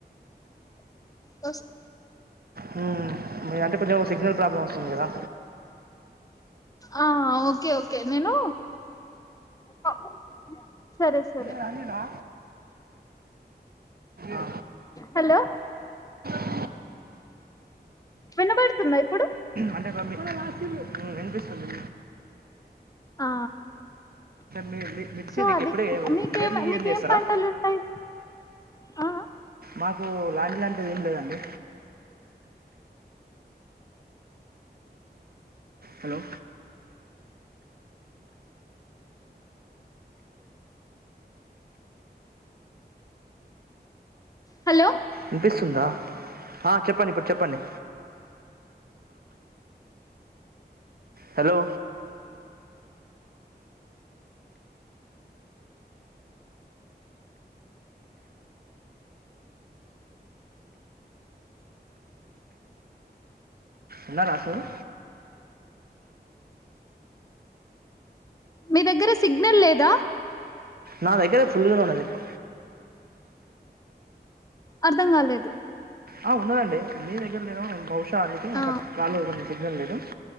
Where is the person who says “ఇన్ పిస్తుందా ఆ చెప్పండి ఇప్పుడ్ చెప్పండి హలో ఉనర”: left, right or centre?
Right